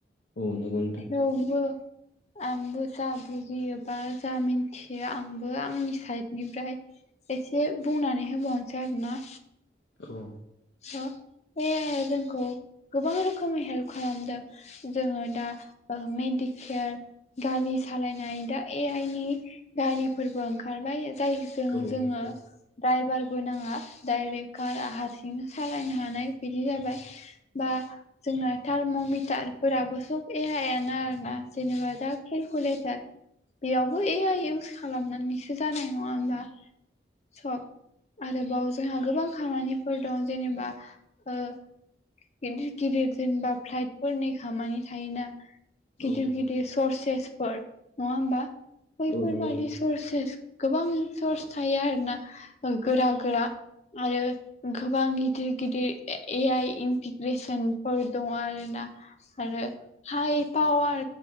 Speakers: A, on the left; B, on the left.
A: औ नंगौ नोंथां
B: थेवबो आंबो जा बुजियो बा जा मिन्थियो आंबो आंनि साइद निफ्राय एसे बुंनानै होबावनोसै आरो ना।
A: औ।
B: स' ए आइया जोंखौ गोबां रोखोमै हेल्प खालामदों। जोङो दा ओ मेडिकेर गारि सालायनाय दा ए आइ नि गारिफोरबो ओंखारबाय जाय जों
A: औ
B: जोङो
A: औ
B: द्राइभारबो नाङा डाइरेक्ट कारा हार बिनो सालायनो हानाय बिदि जाबाय। बा जोंना थारम'मिटारफोराबो सब ए आइयानो आरोना। जेनबा दा खेलखुलेथार बेयावबो ए आइ इउस खालामनानैसो जानाय नङा होमबा? सब आरोबाव जोंहा गोबां खामानिफोर दं जेनेबा ओह गिदिर गिदिर जेनबा फ्लाइटफोरनि खामानि थायोना। गिदिर
A: औ
B: गिदिर सर्सेसफोर नङा होमबा बैफोरबादि
A: औ नंगौ
B: सर्सेस गोबां सर्स थायो आरोना गोरा गोरा आरो गोबां गिदिर गिदिर ए आइ इन्टिग्रेसनफोर दङ' आरोना। आरो हाइ पावार